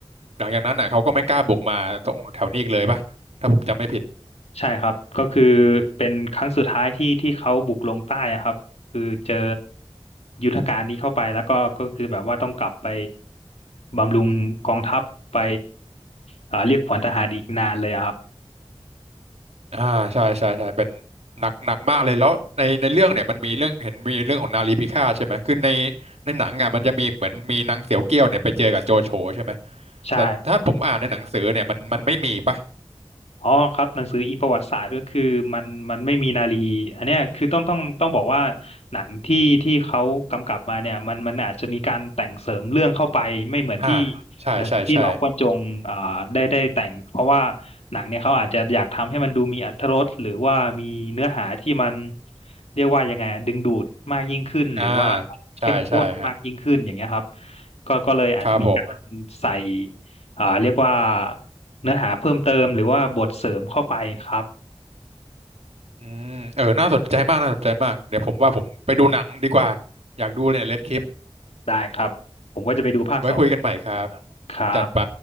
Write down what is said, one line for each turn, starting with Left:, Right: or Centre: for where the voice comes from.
Right: หลังจากนั้นน่ะเขาก็ไม่กล้าบุกมาตรงแถวนี้อีกเลยปะถ้าผมจำไม่ผิด
Left: ใช่ครับก็คือเป็นครั้งสุดท้ายที่ที่เขาบุกลงใต้อะครับคือเจอยุทธการนี้เข้าไปแล้วก็ก็คือแบบว่าต้องกลับไปบำรุงกองทัพไปเอ่อเรียกขวัญทหารอีกนานเลยอะครับ
Right: อ่าใช่ใช่ใช่เป็นหนักหนักมากเลยแล้วในในเรื่องเนี่ยมันมีเรื่องเห็นมีเรื่องของนารีพิฆาตใช่ไหมคือในในหนังอ่ะมันจะมีเหมือนมีนางเสียวเกี้ยวเนี่ยไปเจอกับโจโฉใช่ไหม
Left: ใช่
Right: แต่ถ้าผมอ่านในหนังสือเนี่ยมัน มันไม่มีปะ
Left: อ๋อครับหนังสืออิงประวัติศาสตร์ก็คือมันมันไม่มีนารีอันเนี้ยคือต้องต้องต้องบอกว่าหนังที่ที่เขากำกับมาเนี่ยมันมันอาจจะมีการแต่งเสริมเรื่องเข้าไปไม่เหมือนที่
Right: อ่าใช่ใช่ใช่
Left: หนังสือที่หลอกกวนจงอ่าได้ได้แต่งเพราะว่าหนังเนี่ยเขาอาจจะอยากทำให้มันดูมีอรรถรสหรือว่ามีเนื้อหาที่มันเรียกว่ายังไงอะดึงดูดมากยิ่งขึ้นหรือว่า
Right: อ่า
Left: เข้มข้นมากยิ่งขึ้นอย่างเงี้ยครับ
Right: ใช่ใช่ฮะ
Left: ก็ก็เลยอาจจะมีการใส่
Right: ครับผม
Left: อ่าเรียกว่า เนื้อหาเพิ่มเติมหรือว่าบทเสริมเข้าไปครับ
Right: อืมเออ น่าสนใจมาก น่าสนใจมาก เดี๋ยวผมว่าผมไปดูหนังดีกว่า อยากดูเนี่ยเลดคลิป
Left: ได้ครับผมก็จะไปดูภาคสอง
Right: ไว้คุยกันใหม่ครับ
Left: ครับ
Right: จัดไป